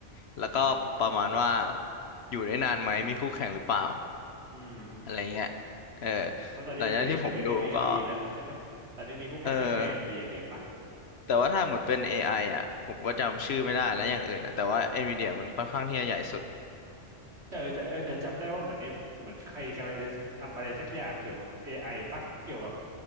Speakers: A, on the left; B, on the right.
A: แล้วก็ประมาณว่า
B: อืม
A: อยู่ได้นานไหมมีคู่แข่งหรือเปล่า
B: อืม
A: อะไรเงี้ยเออ
B: เพราะตอนนี้เอ็มวีเดียก็มีแค่เอ็มดีนะใช่ไหม
A: หลังจากที่ผมดูก็
B: ตอนนี้มีคู่แข่งก็แค่เอ็มดีเดียวปะ
A: เออแต่ว่าถ้าหมดเป็น AI อไออ่ะผมก็จำชื่อไม่ได้แล้วอย่างอื่นอ่ะแต่ว่า NVIDIA มันค่อนข้างที่จะใหญ่สุด
B: แต่เออแต่เออแต่จำได้ว่าเหมือนเอเหมือนใครกำลังจะทำอะไรสักอย่างเกี่ยวกับ AI ปะเกี่ยวกับ